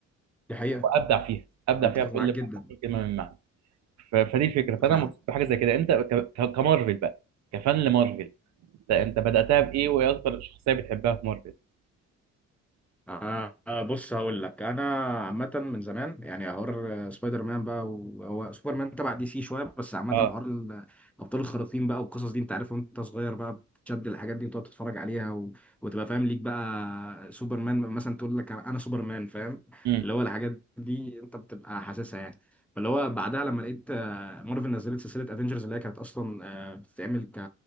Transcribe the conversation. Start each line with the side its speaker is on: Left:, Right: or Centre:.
Centre: دي حقيقه
Right: ابدع فيها ابدع
Centre: أنا متفق
Right: فيها بكل
Centre: معاك جدا
Right: كلمه من معنى ف... فدي الفكره فانا
Centre: فعلا
Right: مبسوط بحاجه زي كده انت ك... ك- كمارفل بقى كفان لمارفل انت انت بداتها
Centre: مم.
Right: بايه وايه اكتر شخصيه بتحبها في مارفل
Centre: آه آه، بص هقول لك انا عامه من زمان يعني حوار آه، سبايدر مان بقى وهو سوبر مان تبع دي سي شويه بس عامه
Right: اه
Centre: حوار ال- الابطال الخارقين بقى والقصص دي انت عارف وانت صغير بقى بتشد الحاجات دي وتقعد تتفرج عليها و... وتبقى فاهم ليك بقى سوبر مان مثلا تقول لك انا سوبر مان فاهم
Right: اه
Centre: اللي هو الحاجات دي انت بتبقى حاسسها يعني فاللي هو بعدها لما لقيت آه، مارفل نزلت سلسله افنجرز اللي هي كانت اصلا آه، بتتعمل